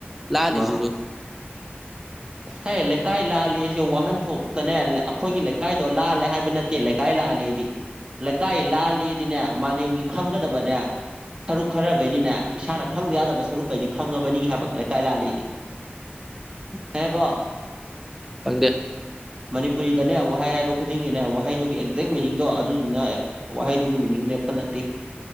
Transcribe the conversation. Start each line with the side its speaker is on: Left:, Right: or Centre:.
Centre: ꯂꯥꯜꯂꯤꯖꯤꯖꯨ
Right: ꯃꯥ ꯍꯦ ꯂꯩꯀꯥꯏ ꯂꯥꯜꯂꯦꯁꯦ ꯋꯥꯍꯟꯊꯣꯛꯇꯅꯦ ꯂ ꯑꯩꯈꯣꯏꯒꯤ ꯂꯩꯀꯥꯏꯗꯣ ꯂꯥꯜꯂꯦ ꯍꯥꯏꯕ ꯅꯠꯇꯦ ꯂꯩꯀꯥꯏ ꯂꯥꯜꯂꯦꯗꯤ ꯂꯩꯀꯥꯏ ꯂꯥꯜꯂꯦꯗꯤꯅꯦ ꯃꯥꯂꯦꯝꯒꯤ ꯈꯪꯒꯗꯕꯅꯦ ꯁꯔꯨꯛ ꯈꯔꯒꯩꯗꯤꯅꯦ ꯏꯁꯥꯅ ꯈꯪꯗꯌꯥꯗꯕ ꯁꯔꯨꯛꯀꯩꯗꯤ ꯈꯪꯉꯕꯅꯤ ꯍꯥꯏꯕ ꯂꯩꯀꯥꯏ ꯂꯥꯜꯂꯦꯗꯤ
Centre: <inaudible>
Right: ꯑꯦꯀꯣ
Centre: ꯈꯪꯗꯦ
Right: ꯃꯅꯤꯄꯨꯔꯤꯗꯅꯦ ꯋꯥꯍꯩ ꯍꯥꯏꯕ ꯈꯨꯗꯤꯡꯒꯤꯅꯦ ꯋꯥꯍꯩꯗꯨꯒꯤ ꯑꯦꯛꯖꯦꯛ ꯃꯤꯅꯤꯡꯗꯣ ꯑꯗꯨꯗꯨꯅ ꯑꯦ ꯋꯥꯍꯩꯗꯨꯒꯤ ꯃꯤꯅꯤꯡ ꯂꯦꯞꯄ ꯅꯠꯇꯦ